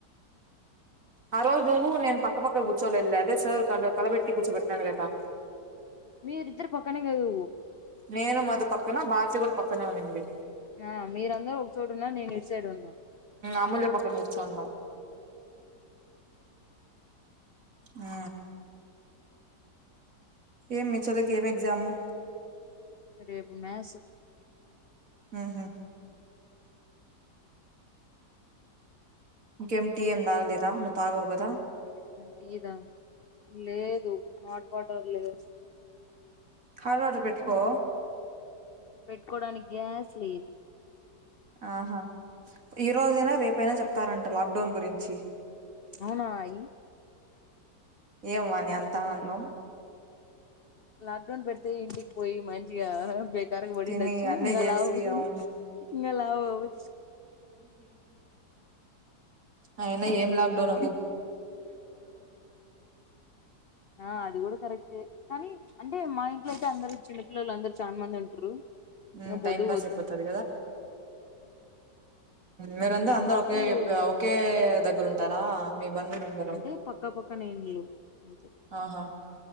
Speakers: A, on the right; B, on the left.
A: ఆ రోజు నువ్వు నేను పక్కపక్కకు కూర్చోలే వెళ్ళదు అదే సార్ క కలబెట్టి కూర్చోబెట్నాడు కదా
B: మీరిద్దరు పక్కనే కదు
A: నేను మధు పక్కన భారతీ కూడా పక్కనే ఉన్నింది
B: ఆ మీరందరు ఒక చోట ఉన్న నేను ఇటు సైడ్ ఉన్నా
A: అమూల్య పక్కన కుర్చున్నావ్ ఆ ఏం మీ చెల్లికి ఏం ఎగ్జాము
B: రేపు మ్యాథ్స్
A: అవునా ఇంకేం టీ ఏం తాగలేద నువ్వు తగవుకదా
B: టీదా లేదు హాట్ వాటర్ లేదు
A: హట్ వాటర్ పెట్టుకో
B: పెట్టుకోవడానికి గ్యాస్ లేదు
A: ఆహా ఈ రోజు అయిన రేపైనా చెప్ప ఇత్తారంటా లాక్డౌన్ గురించి
B: అవునా అయి
A: ఏం వాని అంతా ఆనందం
B: లాక్ డౌన్ పెడితే ఇంటికి పోయి మంచిగా బ కరకు బడి
A: తిని
B: ఉండచ్చు
A: అన్నీ
B: ఇంకా
A: చేసి
B: లావు
A: అవును
B: ఇంకా లావు అవ్వు
A: అవునా ఏం లాక్డౌన్
B: ఆ అది కూడా కరెక్ట్ కానీ అంటే మా ఇంట్లో అయితే అందరు చిన్నపిల్లల్లు లందరు చాలా మంది ఉంటారు
A: ఉమ్
B: ఆ
A: టైం
B: పొద్దు
A: పాస్
B: పోతుంది
A: అయిపోతది మీరంత అందరు
B: అప్పుడు
A: ఒకే ఒకే దగ్గర ఉంటారా మీ బంధువులు అందరూ
B: అంటే పక్క పక్క నీళ్ళు అంతే
A: ఆహా